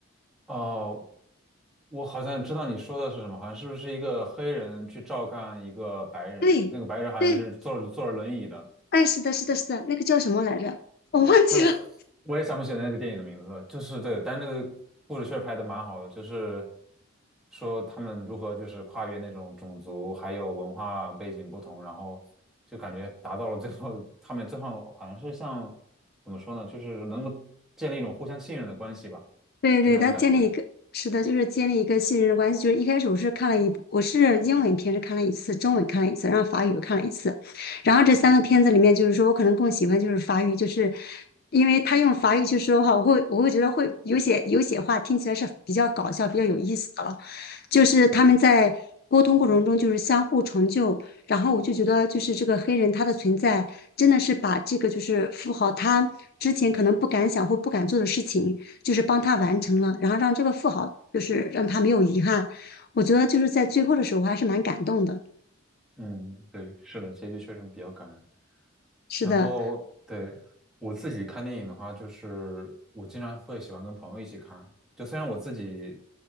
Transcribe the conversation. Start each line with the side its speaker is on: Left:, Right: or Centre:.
Centre: 哦，我好像知道你说的是什么，好像是不是一个黑人去照看一个白人，
Left: 对，
Centre: 那个白人好像是坐着坐着轮椅的，
Left: 对，哎，是的，是的，是的，那个叫什么来着？我忘记了。
Centre: 就我我也想不起来那个电影的名字了，就是对，但那个故事确实拍的蛮好的，就是说他们如何就是跨越那种种族还有文化背景不同，然后就感觉达到了最后，他们最后好像是像怎么说呢，就是能够建立一种互相信任的关系吧，
Left: 对对，
Centre: 就那种感觉。
Left: 他建立一个，是的，就是建立一个信任的关系。就是一开始我是看了一部，我是英文片是看了一次，中文看了一次，然后法语又看了一次。然后这三个片子里面，就是说我可能更喜欢就是法语，就是因为他用法语去说话，我会我会觉得会有些有些话听起来是比较搞笑、比较有意思的了。就是他们在沟通过程中就是相互成就，然后我就觉得就是这个黑人他的存在真的是把这个就是富豪他之前可能不敢想或不敢做的事情。就是帮他完成了，然后让这个富豪就是让他没有遗憾。我觉得就是在最后的时候，我还是蛮感动的。
Centre: 嗯，对，是的，结局确实比较感人。
Left: 是的，
Centre: 然后，对，我自己看电影的话，就是我经常会喜欢跟朋友一起看。就虽然我自己